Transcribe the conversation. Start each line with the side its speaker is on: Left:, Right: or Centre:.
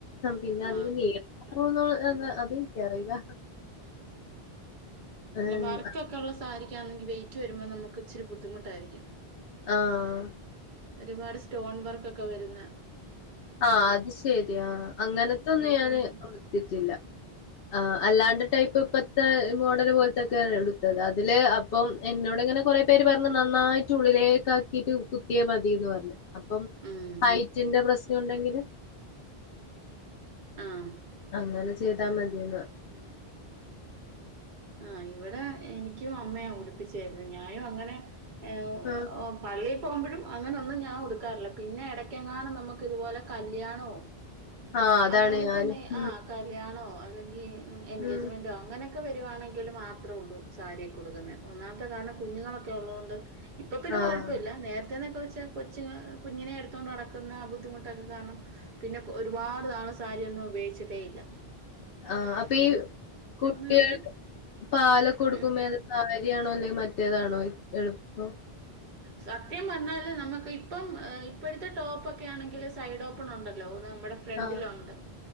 Left: പിന്നെ
Right: ആ
Left: അതിന് നീലം പൊന്നോ അത് എനിക്ക് അറിയില്ല ആഹ്
Right: ല്ല വർക്ക് ഒക്കെ ഒള്ള സാരിക്കാന്നെങ്കിൽ വെയിറ്റ് വരുമ്പോ നമുക്ക് ഇച്ചിരി ബുദ്ധിമുട്ട് ആയിരിക്കും
Left: ആഹ്
Right: ഒരുപാട് സ്റ്റോൺ വർക്ക് ഒക്കെ വരുന്നേ
Left: ആഹ് അത് ശരി ആ അങ്ങനത്തെ ഒന്നും
Right: അതൊക്കെ
Left: ഞാന്
Right: വരുന്ന
Left: ഉടുത്തിട്ടില്ല ആഹ് അല്ലാണ്ട് ടൈപ്പ് ഇപ്പത്തെ മോഡല് പോലത്തെ ഒക്കെ എടുത്തത് അതില് ആ അപ്പൊം എന്നോട് ഇങ്ങനെ കൊറെ പേര് പറഞ്ഞ് നന്നായിട്ട് ഉള്ളിലേക്ക് ആക്കിട്ട് കുത്തിയാ മതീന്ന് പറഞ്ഞു പ്പം
Right: ഉം
Left: ഹൈറ്റിന്റെ പ്രശ്നം ഒണ്ടെങ്കില്
Right: ആഹ്
Left: അങ്ങനെ ചെയ്താ മതിയന്ന്
Right: ആ ഇവിടെ എനിക്കും അമ്മയ ഉടിപ്പിച്ചെരുന്നേ ഞാനും അങ്ങനെ ഏ
Left: ഉം
Right: ഓ പള്ളിൽ പോകുമ്പഴും അങ്ങനെ ഒന്നും ഞാൻ ഉടുക്കാറില്ല പിന്നെ ഇടയ്ക്ക് എങ്ങാനും നമുക്ക് ഇതുപോലെ കല്യാണോ
Left: ആ അതാണ്
Right: അങ്ങനത്തെന്നെ
Left: ഞാന് ഉം
Right: ആഹ് കല്യാണോ അല്ലെങ്കി എൻഗേജ്മെൻ്റോ
Left: ഉം
Right: അങ്ങനെ ഒക്കെ വരുവാണെങ്കി ങ്കില് മാത്ര ഒള്ളൂ സാരിയക്കെ ഉടുക്കുന്നേ ഒന്നാമത്തെ കാരണം കുഞ്ഞുങ്ങള് ഒക്കെ ഒള്ളത് കൊണ്ട് ഇപ്പ പിന്നെ
Left: ആഹ്
Right: കൊഴപ്പം ഇല്ല നേരത്തെന്ന് ഒക്കെ വെച്ചാൽ കൊച്ചിനെ കുഞ്ഞിനെ എടുത്തോണ്ട് നടക്കുന്ന ബുദ്ധിമുട്ടൊക്കെ കാരണം പിന്നെ ഒരുപാട് നാള് സാരിയ ഒന്നും ഉപയോഗിച്ചിട്ടേയില്ല
Left: ആ അപ്പ ഈ കുട്ടികൾക്ക്
Right: കഴിഞ്ഞ്
Left: പാലൊക്കെ കൊടുക്കുമ്പോ
Right: ഏ
Left: ഏത സാരിയാണോ അല്ലെങ്കിൽ മറ്റേതാണോ എളുപ്പം
Right: സത്യം പറഞ്ഞാല് നമുക്ക് ഇപ്പം ഇപ്പോഴത്തെ ടോപ്പൊക്കെ ആണെങ്കിൽ സൈഡ് ഓപ്പൺ ഉണ്ടല്ലോ നമ്മുടെ ഫ്രണ്ടിലുണ്ട്
Left: ആഹ്